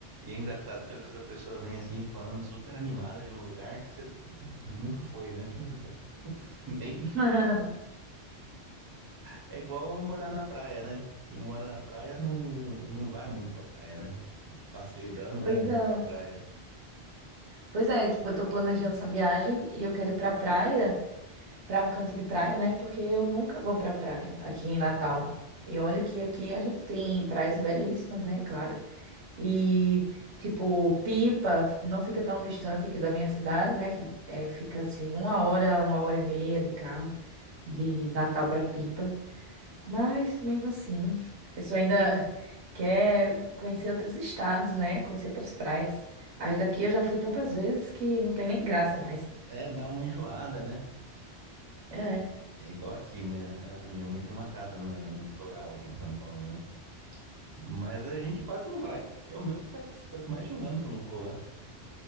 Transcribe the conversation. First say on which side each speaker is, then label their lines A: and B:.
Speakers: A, on the right (about 30°); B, on the right (about 80°).
A: E é engraçado que às vezes a pessoa vem assim falando super animada de um lugar que você nunca foi, né? Tipo, <laughs> nem...
B: <laughs>
A: É igual morar na praia, né? Tipo, quem mora na praia não, não vai muito pra praia, né? O passeio dela não
B: Pois
A: é muito
B: é.
A: pra praia.
B: Pois é, tipo, eu tô planejando essa viagem e eu quero ir pra praia, pra um canto de praia, né? Porque eu nunca vou pra praia aqui em Natal. E olha que aqui a gente tem praias belíssimas, né? Claro. E, tipo, Pipa não fica tão distante aqui da minha cidade, né? Que é, fica assim, uma hora, uma hora e meia de carro de Natal para Pipa. Mas mesmo assim, a pessoa ainda <laughs> quer conhecer outros estados, né? Conhecer outras praias. As daqui eu já fui tantas vezes que não tem nem graça mais.
A: É, dá uma enjoada, né? É,
B: É.
A: é igual aqui, minha, a minha mãe tem uma casa na- no litoral aqui de São Paulo, né? Mas a gente quase não vai. Eu mesmo faz, faz mais de um ano que eu não vou lá.